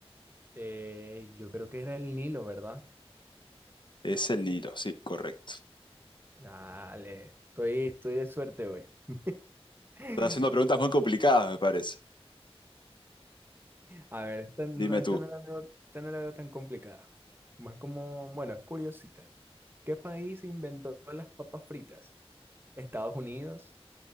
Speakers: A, on the right (about 20°); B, on the left (about 50°).
A: Eh, yo creo que era el Nilo, ¿verdad?
B: Es el Nilo, sí, correcto.
A: Dale, estoy, estoy de suerte hoy. <laughs>
B: Estás haciendo preguntas muy complicadas, me parece.
A: A ver, esta no,
B: Dime
A: esta
B: tú,
A: no la veo, esta no la veo tan complicada. Más como, bueno, es curiosita. ¿Qué país inventó las papas fritas? ¿Estados Unidos,